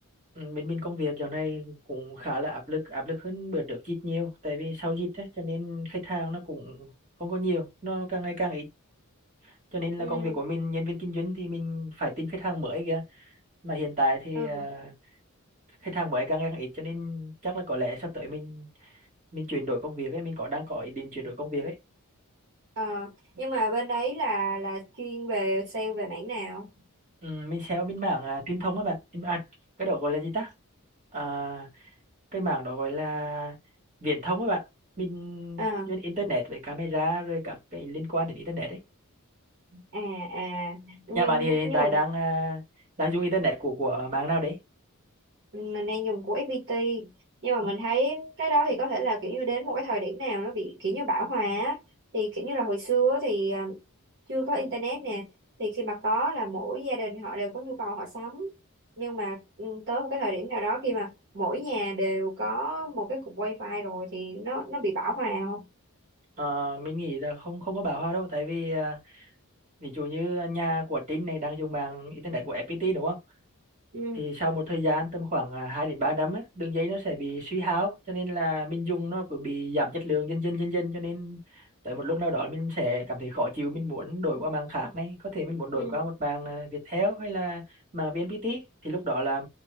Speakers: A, on the right; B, on the right.
A: Ừ, bên bên công việc dạo này cũng khá là áp lực áp lực hơn bữa trước ít nhiều tại vì sau dịch á cho nên khách hàng nó cũng không có nhiều nó càng ngày càng ít cho nên
B: ừ.
A: là công việc của mình nhân viên kinh doanh thì mình phải tìm khách hàng mới kìa mà hiện tại thì
B: Ừ.
A: à, khách hàng mới càng ngày càng ít cho nên chắc là có lẽ sắp tới mình mình chuyển đổi công việc ấy mình có đang có ý định chuyển đổi công việc ấy
B: Ờ. nhưng mà bên đấy là là chuyên về sale về mảng nào
A: ừ, mình sẽ bên mảng à, truyền thông á bạn Mình- à, cái đó gọi là gì ta à, cái mảng đó gọi là viễn thông á bạn mình
B: à
A: kinh doanh internet với camera rồi các cái liên quan đến internet ấy
B: à à
A: nhà
B: nhưng
A: bạn thì hiện
B: nhưng
A: tại
B: mà
A: đang à, đang dùng internet của của mạng nào đấy
B: mình đang dùng của FPT nhưng mà
A: Ủa?
B: mình thấy cái đó thì có thể là kiểu như đến một cái thời điểm nào nó bị kiểu như bão hòa á. thì kiểu như là hồi xưa á thì à, chưa có internet nè thì khi mà có là mỗi gia đình họ đều có nhu cầu họ sắm nhưng mà ừ, tới một cái thời điểm nào đó khi mà mỗi nhà đều có một cái cục wifi rồi thì nó nó bị bão hòa không
A: Ờ, mình nghĩ là không không có bão hòa đâu tại vì à, ví dụ như nhà của Trinh này đang dùng mạng internet của FPT đúng không
B: ừ,
A: thì sau một thời gian tầm khoảng à, 2 đến 3 năm á, đường dây nó sẽ bị suy hao cho nên là mình dùng nó cứ bị giảm chất lượng dần dần dần dần cho nên tới một lúc nào đó mình sẽ cảm thấy khó chịu mình muốn đổi qua mạng khác này có thể mình muốn đổi
B: ừ,
A: qua một mạng à, Viettel hay là mạng VNPT thì lúc đó là